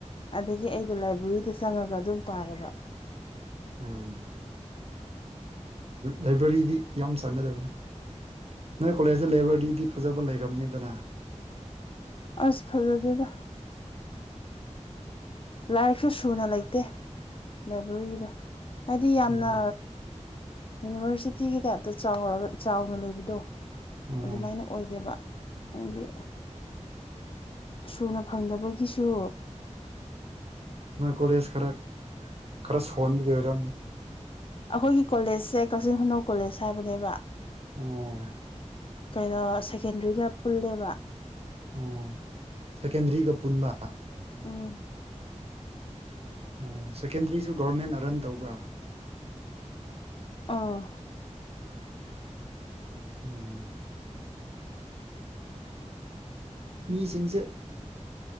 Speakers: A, on the left (about 45°); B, on the right (about 55°).
A: ꯑꯗꯒꯤ ꯑꯩꯗ ꯂꯥꯏꯕ꯭ꯔꯦꯔꯤꯗ ꯆꯪꯉꯒ ꯑꯗꯨꯝ ꯄꯥꯏꯌꯦꯕ꯫
B: ꯎꯝ꯫ ꯂꯥꯏꯕ꯭ꯔꯦꯔꯤꯗꯤ ꯌꯥꯝ ꯆꯪꯒꯗꯕꯅꯤ꯫ ꯅꯣꯏ ꯀꯣꯂꯦꯖꯇ ꯂꯥꯏꯕ꯭ꯔꯦꯔꯤꯗꯤ ꯐꯖꯕ ꯂꯩꯔꯝꯅꯤꯗꯅ꯫
A: ꯑꯁ ꯐꯖꯗ‌ꯦꯗ꯫ ꯂꯥꯏꯔꯤꯛꯁꯨ ꯁꯨꯅ ꯂꯩꯇꯦ ꯂꯥꯏꯕ꯭ꯔꯦꯔꯤꯗꯣ꯫ ꯍꯥꯏꯗꯤ ꯌꯥꯝꯅ꯫
B: ꯎꯝ
A: ꯌꯨꯅꯤꯚꯔꯁꯤꯇꯤꯒꯤ ꯇꯥꯏꯞꯇ ꯆꯥꯎꯔꯒ ꯆꯥꯎꯅ ꯂꯩꯕꯗꯣ
B: ꯑꯣ
A: ꯑꯗꯨꯃꯥꯏꯅ ꯑꯣꯏꯗꯦꯕ꯫ ꯑꯩꯅꯗꯤ꯫ ꯁꯨꯅ ꯐꯪꯗꯕꯒꯤꯁꯨ꯫
B: ꯅꯣꯏ ꯀꯣꯂꯦꯖ ꯈꯔ ꯈꯔ ꯁꫭꯟꯕꯒꯤ ꯑꯣꯏꯔꯝꯅꯤ꯫
A: ꯑꯈꯣꯏꯒꯤ ꯀꯣꯂꯦꯖꯁꯦ ꯀꯛꯆꯤꯡ ꯈꯨꯅꯧ ꯀꯣꯂꯦꯖ ꯍꯥꯏꯕꯅꯦꯕ꯫
B: ꯑꯣ꯫
A: ꯀꯩꯩꯅꯣ ꯁꯦꯀꯦꯟꯗ꯭ꯔꯤꯗ ꯄꯨꯜꯂꯦꯕ꯫
B: ꯑꯣ ꯁꯦꯀꯦꯟꯗ꯭ꯔꯤꯒ ꯄꯨꯟꯕ꯫
A: ꯎꯝ
B: ꯑꯣ ꯁꯦꯀꯦꯟꯗ꯭ꯔꯤꯁꯨ ꯒꯣꯔꯃꯦꯟꯅ ꯔꯟ ꯇꯧꯕ꯭ꯔꯥ
A: ꯑꯥ
B: ꯎꯝ ꯃꯤꯁꯤꯡꯁꯦ